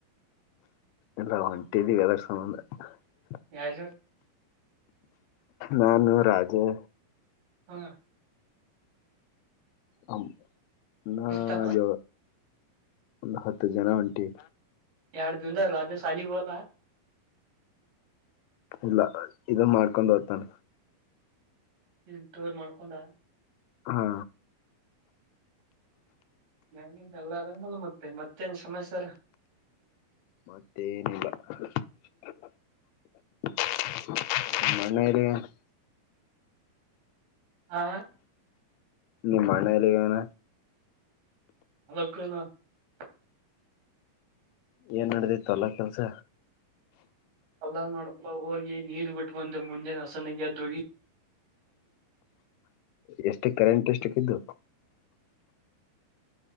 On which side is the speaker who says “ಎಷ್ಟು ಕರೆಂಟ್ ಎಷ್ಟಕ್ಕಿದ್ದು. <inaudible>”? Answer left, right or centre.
Left